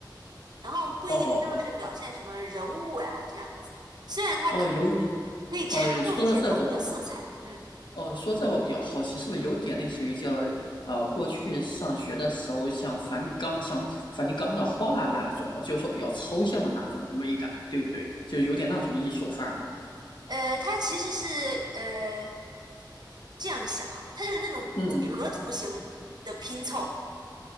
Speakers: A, on the right; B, on the left.
A: 然后不一定非要是表现什么人物呀、
B: 哦
A: 这样子。虽然它可以
B: 哦，有
A: 可以插入一些人物的色彩，
B: 哦，你说的这种
A: 嗯，
B: 哦，说这我比较好奇，是不是有点类似于叫呃，过去上学的时候像梵蒂冈、像梵蒂冈的画那种，就是说比较抽象的那种美感，对不对？就有点那种艺术范儿的。
A: 呃，它其实是呃。这样想啊，它就是那种几何图形的拼凑
B: 嗯，